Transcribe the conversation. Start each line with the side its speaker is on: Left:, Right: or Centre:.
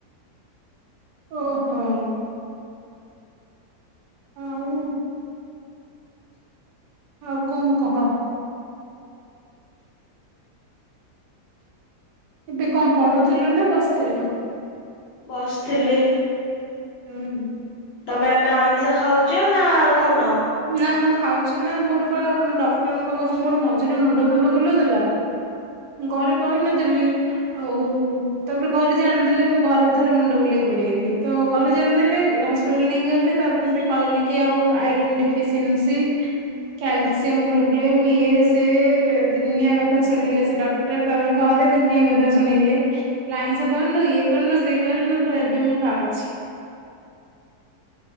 Right: ଓହୋ। ଆଉ ଆଉ କଣ କହ? ଏବେ କଣ ପଢୁଥିଲୁ ନା ବସିଥିଲୁ
Left: ବସ୍ ଥିଲି।
Right: ହୁଁ
Left: ତମେ ଏବେ ଅଇଁଷ ଖାଉଛ ନା ଆଉ ଖାଉନ।
Right: ନା ମୁଁ ଖାଉଛି ନା ମୋର ବା ମୁ ଡକ୍ଟରଙ୍କ ପାଖୁ ମୋର ମଝିରେ ମୁଣ୍ଡ ଫୁଣ୍ଡ ବୁଲଉଥିଲା ମୁଁ ଘରେ କହିନଥିଲି ଆଉ ତାପରେ ଘରେ ଜାଣିଦେଲେ ମୁଁ ଘରେ ଥରେ ମୁଣ୍ଡ ବୁଲେଇକି ପଡିଗଲି ତ ଘରେ ଜାଣିଦେଲେ ହସ୍ପିଟାଲ ନେଇକିଲେ ତାପରେ ସେ କହିଲି କି ଆଉ ଆଇ ଡି ଏଫିଶିଏନ୍ସି, କାଲସିଅମ ଇଏ ସେ ଦିନିଆ କଥା ଶୁଣ ସେ ଡଟର ତାରେ ଘରେ ଦିନିଆ କଥା ଶୁଣେଇଲେ ଲାଇଁ ଖାଉନୁ ଇଏ କରନୁ ସେନୁ ତ ଏବେ ମୁଁ ଖାଉଛି।